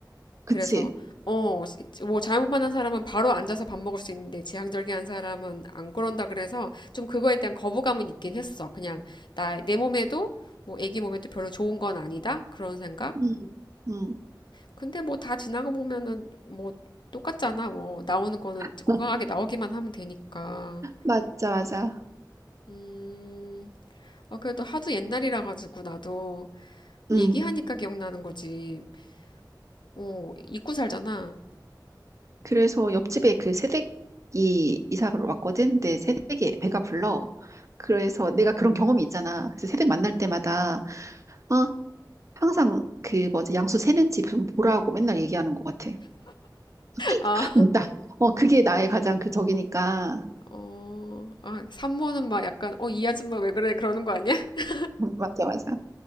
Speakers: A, on the right; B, on the left.
A: 그치?
B: 그래서 어, 뭐 잘못만 한 사람은 바로 앉아서 밥 먹을 수 있는데 지향절개한 사람은 안 그런다 그래서 좀 그거에 대한 거부감은 있긴 했어. 그냥 나 내 몸에도 뭐 애기 몸에도 별로 좋은 건 아니다 그런 생각.
A: 응, 응.
B: 근데 뭐 다 지나가 보면은 뭐 똑같잖아. 뭐 나오는 거는
A: <laughs>
B: 건강하게 나오기만 하면 되니까.
A: 맞아, 맞아.
B: 음, 아 그래도 하도 옛날이라 가지고 나도
A: 응
B: 얘기하니까 기억나는 거지. 어, 잊고 살잖아.
A: 그래서 옆집에 그 새댁이 이사를 왔거든. 근데 새댁이 배가 불러. 그래서 내가 그런 경험이 있잖아. 그래서 새댁 만날 때마다 어, 항상 그 뭐지 양수 세는지 좀 보라고 맨날 얘기하는 것 같아. <laughs>
B: <laughs> 아.
A: 있다. 어, 그게 나의 가장 그 적이니까.
B: 어, 아, 산모는 막 약간, 어, 이 아줌마 왜 그래? 그러는 거 아니야? <laughs>
A: 음, 맞아, 맞아.